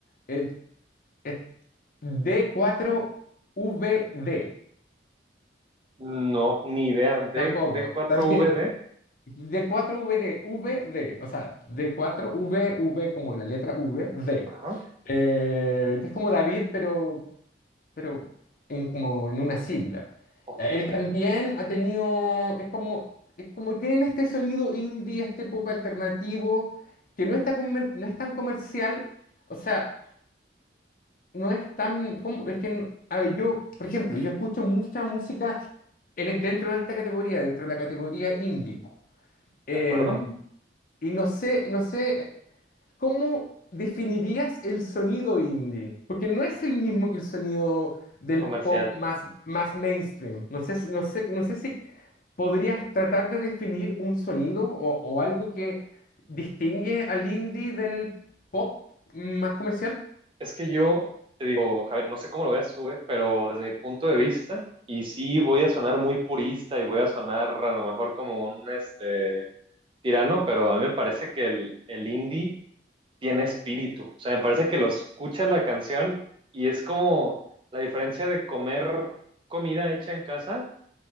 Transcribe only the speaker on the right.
No, ni idea. D,
D4VD.
Ajá.
Ajá.
Ok,
de
acuerdo.
Comercial.
Es que yo te digo, Javier, no sé cómo lo veas tú, eh, pero desde mi punto de vista, y sí voy a sonar muy purista y voy a sonar a lo mejor como un este, tirano, pero a mí me parece que el, el indie tiene espíritu. O sea, me parece que lo escuchas la canción y es como la diferencia de comer comida hecha en casa